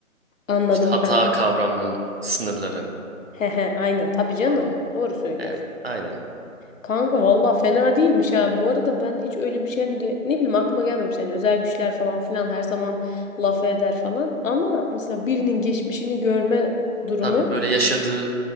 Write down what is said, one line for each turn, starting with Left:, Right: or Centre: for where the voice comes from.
Left: anladım
Right: İşte hata
Left: kanka.
Right: kavramının sınırları
Left: He he aynen tabii canım.
Right: falan.
Left: Doğru söylüyorsun.
Right: Yani, aynen.
Left: Kanka valla fena değilmiş ha. Bu arada ben hiç öyle bir şey de- ne bileyim aklıma gelmemiş. Yani özel güçler falan filan her zaman laf eder falan. Ama mesela birinin geçmişini görme durumu
Right: Tabii böyle yaşadığı